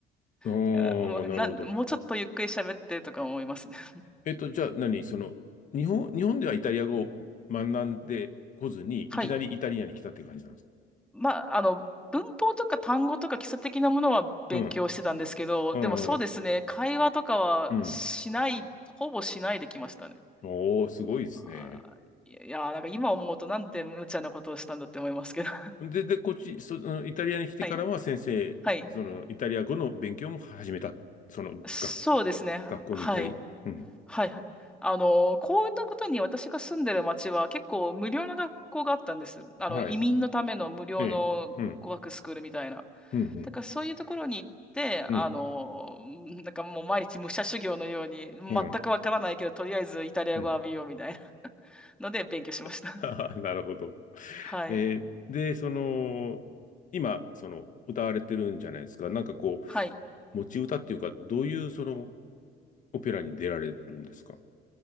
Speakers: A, on the left (about 50°); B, in the centre.
A: おー、
B: <laughs> もう、
A: なるほど。
B: なん、もうちょっとゆっくり喋ってとか思いますね。<laughs>
A: えっと、じゃあ何その、日本、日本ではイタリア語を学んでこずに、
B: はい。
A: いきなりイタリアに来たって感じなんですか
B: まあ、あの、文法とか単語とか基礎的なものは勉強してたんですけど、
A: うん。うん。
B: でもそうですね、会話とかはしない、
A: うん。
B: ほぼしないできましたね。
A: おー、すごいですね。
B: あーいや、いやなんか今思うとなんて無茶なことをしたんだって思いますけど。
A: で、で、こっち、そ、のイタリアに来てからは先生、
B: はい。はい。
A: その、イタリア語の勉強も始めた。その、
B: そうですね。
A: 学学校に行ったり。
B: はい。
A: うん。
B: はい。はい。あの、こんなことに私が住んでる町は結構無料の学校があったんです。あの、
A: はい。
B: 移民のための無料の語学スクールみたいな。
A: ええ。うん。うん、
B: だからそういうところに行って、
A: うん、
B: あの、
A: うん、
B: なんかもう毎日武者修行のように、全くわからないけど、
A: うん。
B: とりあえずイタリア語を浴びようみたいな
A: うん。
B: <laughs> ので勉強しました。
A: <laughs> ははなるほど。
B: はい。
A: えーで、その、今、その、歌われてるんじゃないですか。なんかこう、
B: はい。
A: 持ち歌っていうか、どういう、その、オペラに出られるんですか